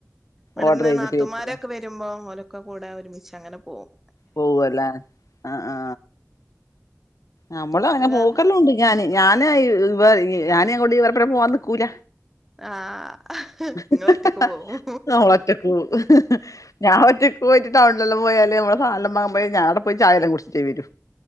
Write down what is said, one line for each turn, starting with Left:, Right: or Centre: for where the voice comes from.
Centre: ഇവ്ടുന്ന്
Left: ഓർഡർ ചെയ്തിട്ട്
Centre: നാ
Left: കഴിക്കുല്ലേ
Centre: ആരൊക്കെ വരുമ്പോ ഓലൊക്കെ കൂടെ ഒരുമിച്ച്ങ്ങനെ പോകും
Left: പോവല്ലേ ആ ആ നമ്മളുങ്ങനെ
Centre: അത് കാരണം
Left: പോക്കെല്ലാംണ്ട് ഞാാന് ഞാന് ഇവ ഞാനോങ്ങോണ്ട് ഇവർടെ പോവാൻ നിക്കൂല
Centre: ആഹ്
Left: ഹ്
Centre: നിങ്ങള് ഒറ്റക്ക്
Left: ഹ്
Centre: പോവും
Left: നമ്മള് ഒറ്റക്കൊകും ഞാഒറ്റ പോയിട്ട് ടൗണിലല്ലാം പോയാല് മ്മളെസാനംവാങ്ങുമ്പോയേ ഞാടെ പ്പോയിചായല്ലാം കുട്ച്ചിട്ടേ വരു